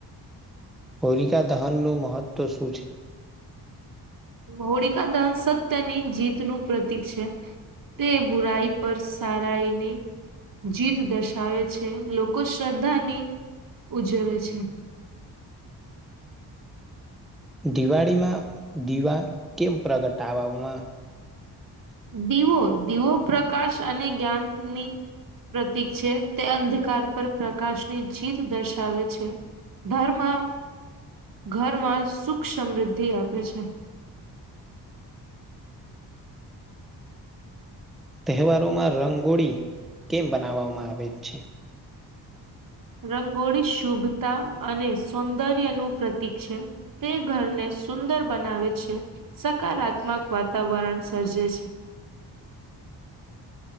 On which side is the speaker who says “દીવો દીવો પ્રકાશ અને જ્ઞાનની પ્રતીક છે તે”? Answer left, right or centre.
Right